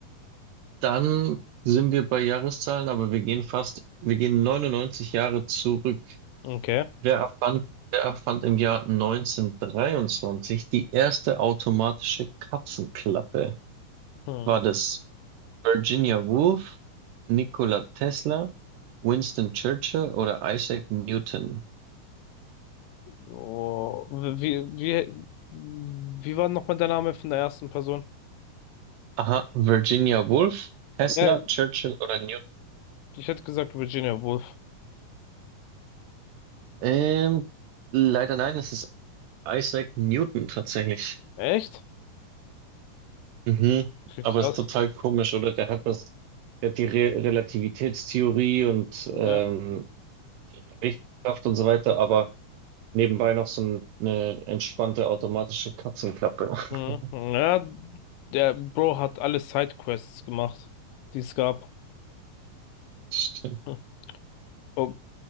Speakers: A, on the right; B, on the left.
A: dann sind wir bei Jahreszahlen, aber wir gehen fast, wir gehen 99 Jahre zurück.
B: okay.
A: Wer erfand, wer erfand im Jahr 1923 die erste automatische Katzenklappe?
B: Hm.
A: War das Virginia Woolf, Nikola Tesla, Winston Churchill oder Isaac Newton?
B: Oh, wie, wie, wie war nochmal der Name von der ersten Person?
A: Aha, Virginia Woolf, Tesla,
B: Ja,
A: Churchill oder Newton?
B: ich hätte gesagt Virginia Woolf.
A: Ähm, leider nein, es ist Isaac Newton tatsächlich.
B: Echt?
A: Mhm.
B: Okay,
A: Aber
B: krass.
A: es ist total komisch, oder? Der hat das, der hat die Re Relativitätstheorie und ähm,
B: Ja.
A: Richtkraft und so weiter, aber nebenbei noch so eine entspannte automatische Katzenklappe.
B: Mhm.
A: <laughs>
B: Ja, der Bro hat alle Sidequests gemacht, die es gab.
A: Stimmt.
B: <laughs> Oh,